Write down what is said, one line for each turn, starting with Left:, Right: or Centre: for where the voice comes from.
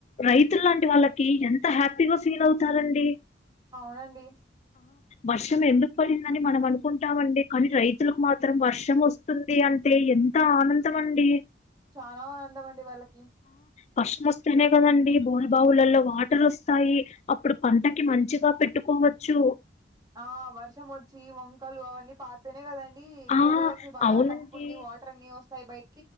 Left: రైతులాంటి వాళ్లకి ఎంత హ్యాపీగా ఫీల్ అవుతారు అండి
Right: అవునండి
Left: వర్షం ఎందుకు పడిందని మనం అనుకుంటామండి కానీ రైతులకు మాత్రం వర్షం వ వస్తుంది అంటే ఎంత ఆనందం అండి
Right: చాలా ఆనందం అండి వాళ్ళకి
Left: వర్షం వస్తేనే కదండి బోరు బావులలో వాటర్ వస్తాయి అప్పుడు పంటకి మంచిగా పెట్టుకో కోవచ్చు
Right: ఆ వర్షం వచ్చి వంకలు అవన్నీ పారితేనే కదండి అండి
Left: ఆ!
Right: భూమిలోకి బాగా
Left: అవునండి.
Right: తంపు ఉండి వాటర్ అన్ని వస్తాయి బయటకి